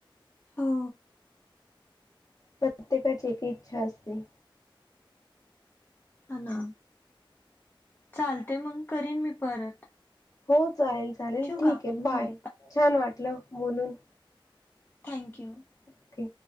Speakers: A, on the left; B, on the left.
A: हो.
B: प्रत्येकाची एक इच्छा असते.
A: हा ना चालते मग करीन मी परत
B: हो चालेल चालेल
A: ठेवू
B: ठीक
A: का हम्म,
B: आहे, बाय छान वाटलं बोलून.
A: थँक्यू.
B: ओके.